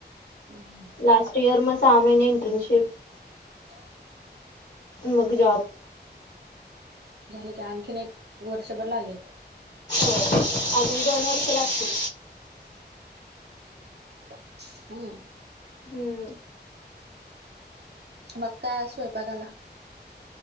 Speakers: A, on the right; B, on the left.
A: हम्म
B: लास्ट इयर मग सहा महिने इंटर्नशिप
A: ह
B: मगजाब
A: झाले की आणखीन एक वर्षभर लागेल
B: हो अजून दोन वर्ष लागतील
A: हम्म
B: हम्म
A: मग काय स्वयपाकाला